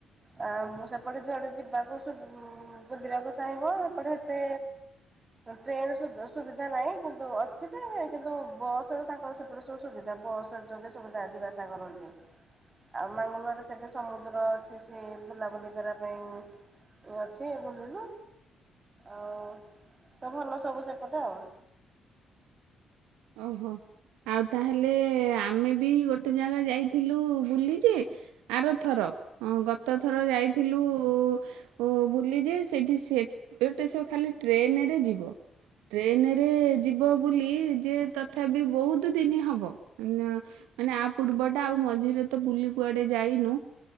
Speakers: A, on the right (about 35°); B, on the right (about 75°).
A: ଆ ସେପଟେ ଯଆଡେ ଯିବାକୁ ବୁଲିବାକୁ ଚାହିଁବ ସେପଟେ ଏତେ ଟ୍ରେନ ସୁବିଧା ନାହିଁ କିନ୍ତୁ ଅଛି ତ କିନ୍ତୁ ବସ ତାଙ୍କର ସେପଟ ସୁ ସୁବିଧା ବସ ଯୋଗେ ସବୁ ଯଦିବାସା କରନ୍ତି ଆଉ ମାଙ୍ଗଲରେ ସେଠ ସମୁଦ୍ର ଅଛି ସ ବୁଲାବୁଲି କରିବା ପାଇଁ ଅଛି ବୁଲିଲୁ ଆଉ ସ ଭଲ ସବୁ ସେପଟେ ଆଉ।
B: ଓହୋ ଆଉ ତାହେଲେ ଆମେ ବି ଗୋଟେ ଜାଗା ଯାଇଥିଲୁ ବୁଲିଛି ଆରଥର ତ ଥର ଯାଇଥିଲୁ। ଓ ବୁଲି ଯେ ସେଠି ସେଟ ଖାଲି ଟ୍ରେନରେ ଯିବ ଟ୍ରେନରେ ଯିବ ବୁଲି। ଯେ ତଥାପି ବହୁତ ଦିନ ହବ ମାନେ ଆ ପୂର୍ବଟା ଆଉ ମଝିରେ ତ ବୁଲି କୁଆଡେ ଯାଇନୁ